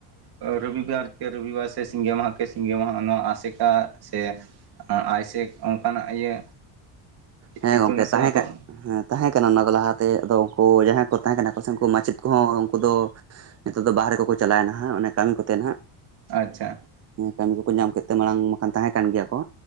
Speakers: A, on the right; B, on the right.
A: ᱨᱚᱵᱤᱵᱟᱨ ᱠᱮ ᱨᱚᱵᱤᱵᱟᱨ ᱥᱮ ᱥᱤᱸᱜᱮ ᱢᱟᱦᱟ ᱠᱮ ᱥᱤᱸᱜᱮ ᱢᱟᱦᱟ ᱱᱚᱣᱟ ᱟᱥᱮᱠᱟ ᱥᱮ ᱟᱭᱥᱮᱠ ᱚᱱᱠᱟᱱᱟᱜ ᱤᱭᱟᱹ
B: ᱦᱮᱸ
A: ᱤᱛᱩᱱ
B: ᱜᱚᱝᱠᱮ
A: ᱟᱥᱲᱟ
B: ᱛᱟᱦᱮᱸᱠᱟᱜ
A: ᱠᱚ
B: ᱦᱮᱸ ᱛᱟᱦᱮᱸ ᱠᱟᱱᱟ ᱚᱱᱟ ᱠᱚ ᱞᱟᱦᱟᱛᱮ ᱟᱫᱚ ᱩᱱᱠᱩ ᱡᱟᱦᱟᱸᱭ ᱠᱚ ᱛᱟᱦᱮᱸ ᱠᱟᱱᱟ ᱠᱚ ᱥᱮ ᱩᱱᱠᱩ ᱢᱟᱪᱮᱫ ᱠᱚᱦᱚᱸ ᱩᱱᱠᱩ ᱫᱚ ᱱᱤᱛᱚᱜ ᱫᱚ ᱵᱟᱦᱨᱮ ᱠᱚᱠᱚ ᱪᱟᱞᱟᱣᱮᱱᱟ ᱦᱜ ᱠᱟᱹᱢᱤ ᱠᱚᱛᱮ ᱱᱟᱦᱟᱜ
A: ᱟᱪᱪᱷᱟ
B: ᱦᱮᱸ ᱠᱟᱹᱢᱤ ᱠᱚᱠᱚ ᱧᱟᱢ ᱠᱮᱫ ᱛᱮ ᱢᱟᱲᱟᱝ ᱢᱟᱠᱷᱟᱱ ᱛᱟᱦᱮᱸ ᱠᱟᱱ ᱜᱮᱭᱟ ᱠᱚ